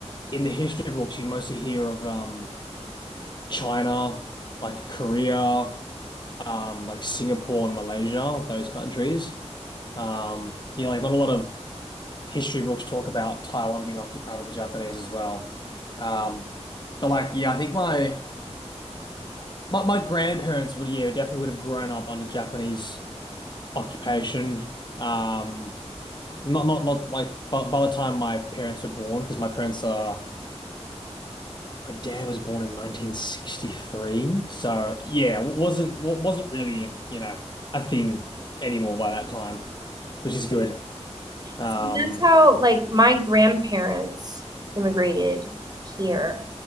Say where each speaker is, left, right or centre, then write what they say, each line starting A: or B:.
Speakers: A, on the left (about 40°); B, on the right (about 35°).
A: in the history books. You mostly hear of um China, like Korea, um, like Singapore and Malaysia, those countries. Um, yeah, like not a lot of history books talk about Taiwan being occupied with the Japanese as well. Um, but like, yeah, I think my my, my grandparents would, yeah, definitely would have grown up under Japanese occupation. Um, not not not like by, by the time my parents were born, because my parents are My dad was born in 1963, so yeah, w- wasn't w- wasn't really, you know, a thing anymore by that time, which is good. Um,
B: So that's how, like, my grandparents immigrated here.